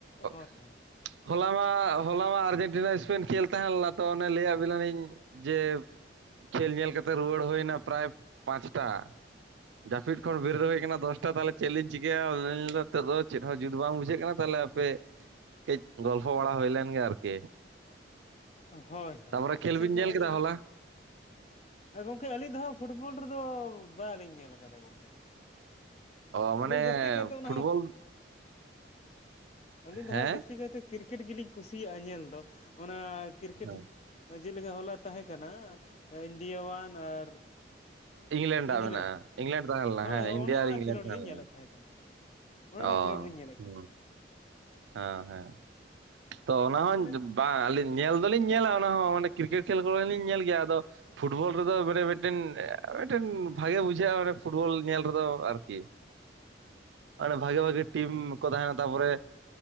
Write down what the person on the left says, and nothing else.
ᱦᱳᱭ
ᱦᱳᱭ
ᱦᱳᱭ ᱦᱳᱭ
ᱟᱪᱪᱷᱟ
<unintelligible>
ᱦᱮᱸ ᱜᱚᱝᱠᱮ ᱟᱹᱞᱤᱧ ᱫᱚ ᱦᱟᱸᱜ ᱯᱷᱩᱴᱵᱚᱞ ᱨᱮᱫᱚ ᱵᱟᱹᱞᱤᱧ ᱧᱮᱞ ᱠᱟᱫᱟ ᱜᱚᱝᱠᱮ᱾
ᱟᱞᱮ
ᱫᱚ ᱡᱟᱹᱥᱛᱤ ᱠᱟᱭᱛᱮ ᱚᱱᱟ
ᱟᱹᱞᱤᱧ ᱫᱚ
ᱦᱟᱸᱜ ᱡᱟᱹᱥᱛᱤ ᱠᱟᱭᱛᱮ ᱠᱨᱤᱠᱮᱴ ᱜᱮᱞᱤᱧ ᱠᱩᱥᱤᱭᱟᱜᱼᱟ ᱧᱮᱞ ᱫᱚ, ᱚᱱᱟ ᱠᱨᱤᱠᱮᱴ
ᱡᱮᱫᱮᱠᱟ ᱦᱚᱞᱟ ᱛᱟᱦᱮᱸ ᱠᱟᱱᱟᱟᱱᱟ ᱤᱱᱰᱤᱭᱟᱳᱣᱟᱱ ᱟᱨ
ᱤᱝᱞᱮᱱᱰ
ᱦᱳᱭ
ᱦᱳᱭ
ᱚᱱᱮ
ᱚᱱᱟ
ᱠᱷᱮᱞᱳᱰ ᱞᱤᱧ ᱧᱮᱞᱮᱫ
ᱛᱟᱦᱮᱸ ᱠᱟᱱᱟ᱾ ᱚᱱᱟᱴᱟᱜ
ᱠᱷᱮᱞᱳᱰ ᱨᱮᱧ ᱧᱮᱞᱮᱫ
ᱠᱟᱱ,
ᱚᱱᱮ